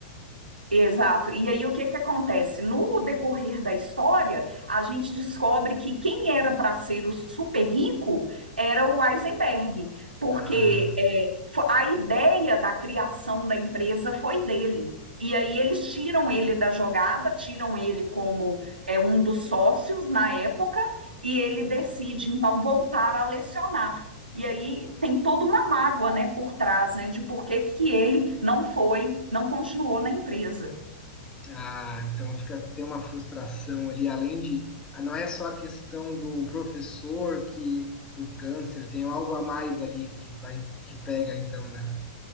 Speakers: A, on the right; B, on the left.
A: Exato. E aí o que que acontece? No decorrer da história, a gente descobre que quem era para ser o super rico era o Heisenberg, porque
B: Ah,
A: é, fo- a ideia da criação da empresa foi dele. E aí eles tiram ele da jogada, tiram ele como é, um dos sócios na época, e ele decide então voltar a lecionar. E aí tem toda uma mágoa, né, por trás, né, de por que que ele não foi, não continuou na empresa.
B: ah, então fica tem uma frustração ali, além de ah, não é só a questão do professor que do câncer, tem algo a mais ali que vai que pega então, né?